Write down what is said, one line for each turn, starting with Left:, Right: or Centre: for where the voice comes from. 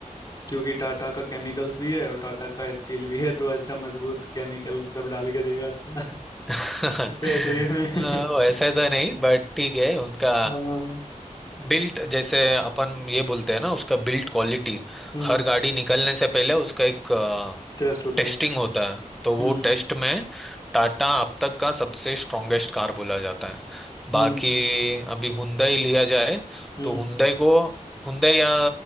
Left: क्योंकि टाटा का केमिकल्स भी है और टाटा का स्टील भी है तो अच्छा मजबूत केमिकल सब डाल के देगा अच्छा
Centre: <laughs>
Left: बैटरी में <laughs>
Centre: अ, वैसे तो नहीं बट ठीक है उनका
Left: हाँ
Centre: बिल्ट जैसे अपन ये बोलते हैं ना उसका बिल्ट क्वालिटी
Left: हम्म
Centre: हर गाड़ी निकलने से पहले उसका एक
Left: टेस्ट होता
Centre: टेस्टिंग
Left: है
Centre: होता है तो वो
Left: हम्म
Centre: टेस्ट में टाटा अब तक का सबसे स्ट्रॉन्गेस्ट कार बोला जाता है
Left: हम्म
Centre: बाकी अभी हुंडई लिया जाए
Left: हम्म
Centre: तो हुंडई को हुंडई या